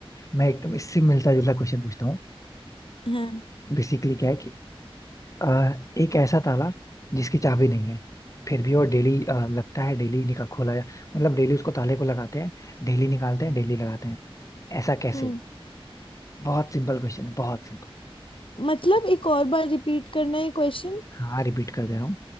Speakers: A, on the left; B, on the left.
A: मैं एकदम इससे मिलता जुलता क्वेश्चन पूछता हूँ
B: हाँ
A: बेसिकली क्या है कि अ, एक ऐसा ताला जिसकी चाबी नहीं है फिर भी वो डेली लगता है डेली निकाल खोला जा मतलब डेली उसको ताले को लगाते हैं डेली निकालते हैं डेली लगाते हैं ऐसा कैसे
B: हम्म
A: बहुत सिंपल क्वेश्चन है बहुत सिंपल
B: मतलब एक और बार रिपीट करना है क्वेश्चन
A: हाँ रिपीट कर दे रहा हूँ